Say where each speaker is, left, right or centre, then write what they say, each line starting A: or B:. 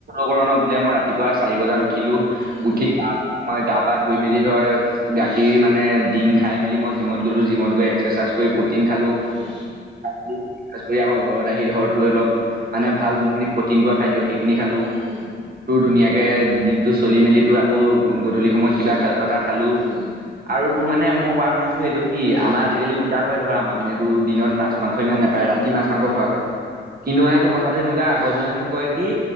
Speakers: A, on the right (about 50°); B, on the right (about 70°).
A: কৰ ন, বোলে মই ৰাতিুৱা চাৰি বাজাত উঠো,
B: উম।
A: উঠি গা মই গা পা ধুই মি ধৰ গাখীৰ মানে ডিম খাই মেলি মই জিমত গলো, জিমত গৈ এক্সাৰচাইজ কৰি পতিন খালো।
B: উম
A: <unintelligible> কৰি আকৌ ঘৰত আহি ধৰ অলপ মানে ভাল যোনখিনি প্ৰটিন পোৱা খাদ্য সেইখিনি খালো।
B: উম।
A: তোৰ ধুনীয়াকে দিনতটো চলি মেলি তোৰ আকৌ গধূলি সময়ত কিবা খা এটা খালো,
B: উম। আৰু তোৰ
A: আৰু তোৰ মানে মই কোৱা শুনিছো এইটো কি আমাৰ আজিকালি তা হয় ধৰ আমাৰ পিনে, তোৰ দিনত মাছ-মাংস ইমান
B: মাছ
A: নেপায়
B: মাংস
A: ৰাতি
B: ইমান
A: মাছ-মাংস
B: নাখায়
A: খোৱা
B: অ,
A: হয়। কিন্তু মানে তোৰ কথাটো সেনেকুৱা আগৰ দিনত হেনো কয় কি,